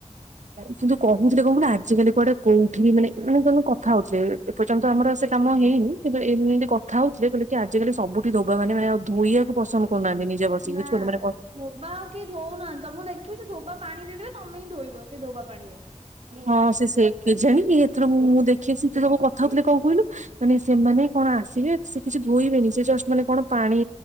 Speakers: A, on the right (about 75°); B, on the right (about 55°).
A: କିନ୍ତୁ କହୁଥିଲେ କଣ କନି ଆଜିକାଲି କୁଆଡେ କୋଉଠି ବି ମାନେ ମାନେ ତଣୁ କଥା ହଉଥିଲେ ଏପର୍ଯ୍ୟନ୍ତ ଆମର ସେ କାମ ହେଇନି କିନ୍ତୁ ଏମିତି କଥା ହଉଥିଲେ କହିଲେ କି ଆଜିକାଲି ସବୁଠି ଧୋବା ମାନେ ମାନେ ଆଉ ଧୋଇବାକୁ ପସନ୍ଦ କର କହୁନାହାନ୍ତି ନିଜେ ବସିକି
B: ନା
A: ଛି କୁ ମାନେ
B: ଧୋବା ଆଉ କେହି ଧଉନାହାନ୍ତି ତ ମୁଁ ଦେଖିଚି ଧୋବା ପାଣି ଦେଇଦେବେ ତମେ ହିଁ ଧୋଇବ ସେଇ ଧୋବା ପାଣି ରେ।
A: ହଁ ସେ ସେ କେଜାଣି ଏଥର ମୁଁ ମୁଁ ଦେଖିଛି କଥା ହଉଥିଲେ କଣ କୁଅନି। ମାନେ ସେମାନେ କଣ ଆସିବେ ସେ କିଛି ଧୋଇବେନି ସେ ଜଷ୍ଟ ମାନେ କଣ ପାଣି